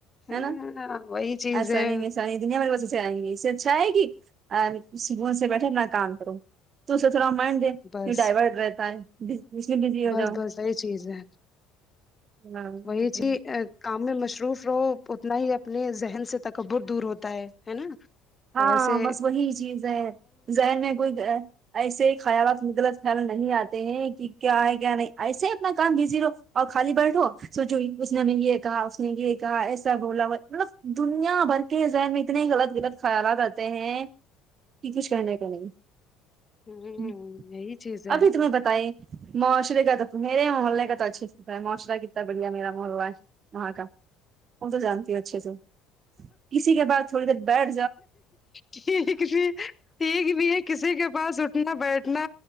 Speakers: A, on the left; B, on the right.
A: ہاں
B: ہے نا
A: وہی چیز
B: آسانی
A: ہے
B: بھی آسانی دنیا میرے پاس سے آئیں گی جائے گی سکون سے بیٹھے اپنا کام کروں تو س سرام م آ دے
A: بس
B: ڈائیورٹ رہتا ہے اس میں بزی ہو
A: بس
B: جاؤ
A: بس وہی چیز ہے
B: ہاں
A: وہی
B: جی
A: چیز کام میں مصروف رہو اتنا ہی اپنے ذہن سے تکبر دور ہوتا ہے ہے نا
B: ہاں
A: ویسے
B: بس وہی چیز ہے ذہر میں کوئی ایسے ہی خیالات غلط خیال نہیں آتے ہیں کہ کیا ہے کیا نہیں ایسے ہی اپنا کام بزی لو اور خال بیٹو سوچوئی اس نے ہمیں یہ کہا اس نے یہ کہا ایسا بولا ہو مطلب دنیا بھر انے ذہن میں اتنے غلط غلط خیالات آتے ہیں کہ کچھ کرنے کے نہیں
A: ہوں
B: ہ
A: یہی چیز ہے
B: ابھی تمہیں بتائے معاشرے کا تو میرے محلے کا تو اچھھی ستا ہے معاشرہتتا بڑھیا میرا محول و ہے وہاں کا وہ تو جانتی اچھے سے اسی کے بد تھوڑی دیر بیٹ
A: ٹھیک بھی ٹھیک بھی ہے کسی کے پاس اٹھنا بیٹھنا